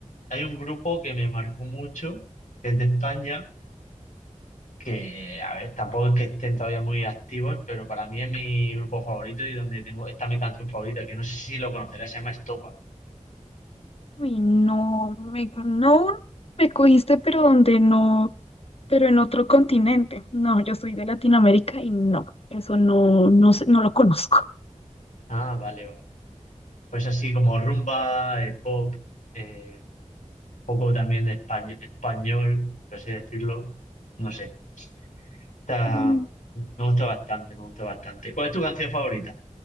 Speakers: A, on the left; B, on the left.
A: hay un grupo que me marcó mucho, que es de España, que, a ver, tampoco es que estén todavía muy activos, pero para mí es mi grupo favorito y donde tengo, está mi canción favorita, que no sé si lo conocerás, se llama Estopa.
B: Uy, no, me, no me cogiste, pero donde no, pero en otro continente. No, yo soy de Latinoamérica y no, eso no, no, sé- no lo conozco.
A: Ah, vale, vale. Pues así como rumba, eh, pop, eh, poco también español, español, por así decirlo, no sé. Está-
B: Mm,
A: me gusta bastante, me gusta bastante. ¿Cuál es tu canción favorita?